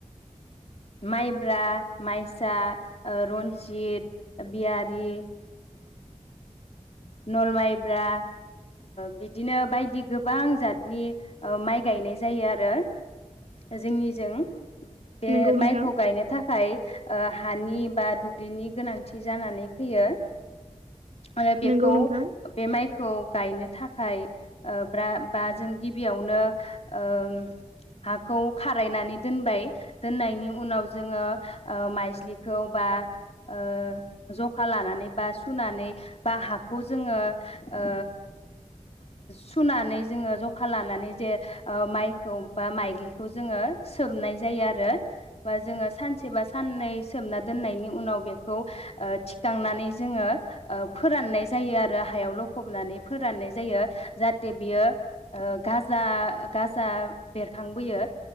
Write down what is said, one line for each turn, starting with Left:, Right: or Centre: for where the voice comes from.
Left: माइब्रा,। माइसा, ओ रन्जित, बियारि, नल माइब्रा बिदिनो बायदि गोबां जातनि माइ गायनाय जायो आरो जोंनिजों। बे
Right: नोंगौ नोंथां
Left: माइखौ गायनो थाखाय। हानि बा दुब्लिनि गोनांथि जानानै फैयो। आरो बेखौ
Right: नोंगौ नोंथां
Left: बे माइ खौ गायनो थाखाय ओ बा जों गिबियावनो ओ हाखौ खारायनानै दोनबाय ओ दोननायनि उनाव जोङो। ओ माइज्लिखौ बा ओ जखा लानानै बा सुनानै बा हाखौ जोङो ओ सुनानै जोङो जखा लानानै जे माइखौ बा माइग्लिखौ जोङो सोमनाय जायो आरो बा जोङो सानसेबा। साननै सोमना दोननायनि उनाव बेखौ ओ थिखांनानै जोङो फोराननाय जायो आरो हायाव लखबनानै फोराननाय जायो जाहाथे बियो गाजा गाजा बेरखांबोयो।